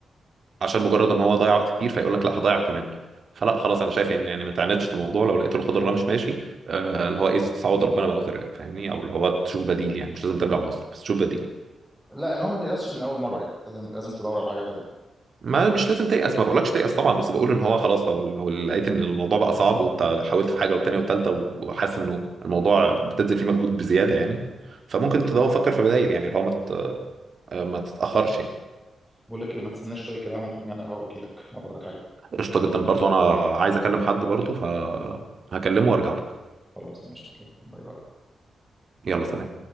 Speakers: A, on the right; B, in the centre.
A: عشان مجرد ان هو ضيع وقت كتير فيقول لك لا هضيع كمان فلا خلاص انا شايف ان يعني ما تعاندش في الموضوع لو لقيته الخضر ده مش ماشي آه، اللي هو ايه تستعوض ربنا بقى وترجع فاهمني او اللي هو تشوف بديل يعني مش لازم ترجع مصر بس تشوف بديل
B: لا اللي هو ما تيأسش من اول مره يعني لازم لازم تدور على حاجه تانيه
A: ما مش لازم تيأس ما بقولكش تيأس طبعا بس بقول
B: يعني.
A: ان هو خلاص لو لو لقيت ان الموضوع بقى صعب وانت حاولت في حاجه والتانيه والتالته وحاسس انه الموضوع بتبذل فيه مجهود بزياده يعني فممكن تدور فكر في بدائل يعني اللي هو ما تت- ما تتأخرش يعني
B: بقول لك ايه ما تستناش شويه كده اعمل فنجان قهوه واجي لك ولا وراك حاجه
A: قشطه جدا برضو انا عايز اكلم حد برضو فهكلمه وارجع لك
B: خلاص ماشي اوكي باي باي
A: يلا سلام